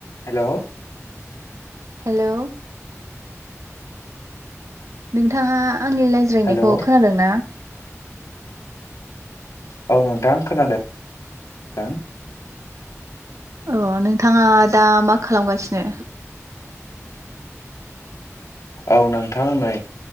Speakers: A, on the left; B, on the right.
A: हेल'।
B: Hello नोंथाङा आंनि रायज्रायनायखौ
A: हेलौ
B: खोनादों ना?
A: औ नोंथां खोनादों।
B: अ नोंथाङा दा मा खालामगासिनो?
A: औ नोंथां नै